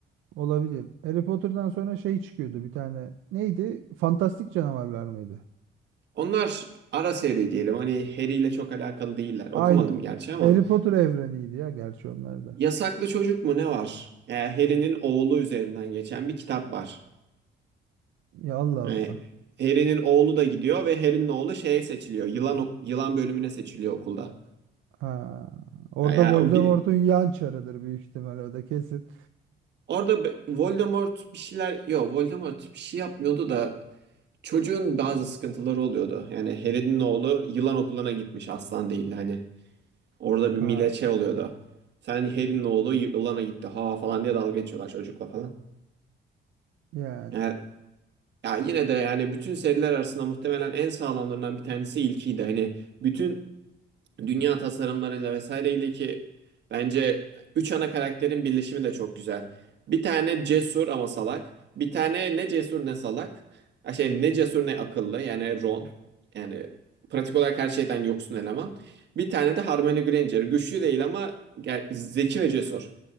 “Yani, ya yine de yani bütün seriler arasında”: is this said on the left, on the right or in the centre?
Right